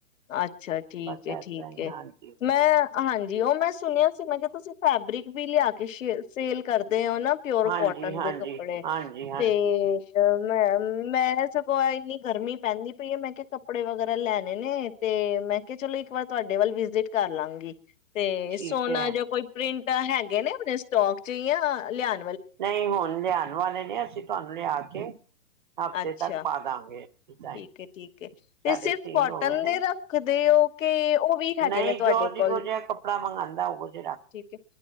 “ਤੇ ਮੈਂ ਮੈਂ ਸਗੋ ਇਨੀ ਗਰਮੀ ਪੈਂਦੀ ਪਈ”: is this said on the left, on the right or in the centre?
Left